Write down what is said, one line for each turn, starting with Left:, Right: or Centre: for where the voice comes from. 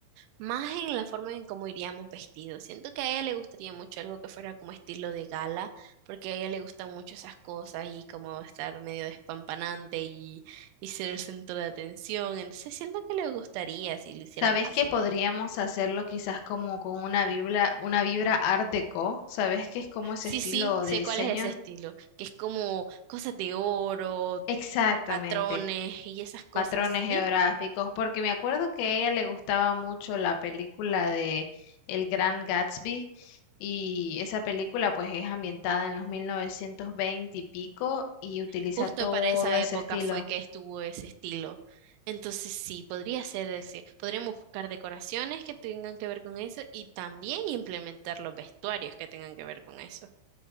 Right: Más en la forma en cómo iríamos vestidos. Siento que a ella le gustaría mucho algo que fuera como estilo de gala, porque a ella le gustan mucho esas cosas y como estar medio despampanante y, y ser el centro de atención. Entonces siento que le gustaría si lo hiciéramos
Left: ¿Sabés
Right: así.
Left: que podríamos hacerlo quizás como con una vibra, una vibra Art Deco? ¿Sabés qué es como ese
Right: Sí,
Left: estilo
Right: sí, sé
Left: de diseño?
Right: cuál es ese estilo, que es como cosas de oro,
Left: Exactamente,
Right: patrones y esas cosas,
Left: patrones geográficos,
Right: sí.
Left: porque me acuerdo que a ella le gustaba mucho la película de El Gran Gatsby y esa película pues es ambientada en los 1920 y pico y utiliza
Right: Justo
Left: todo
Right: para esa
Left: ese
Right: época
Left: estilo.
Right: fue que estuvo ese estilo. Entonces sí, podría ser, ese- podríamos buscar decoraciones que tengan que ver con eso y también implementar los vestuarios que tengan que ver con eso.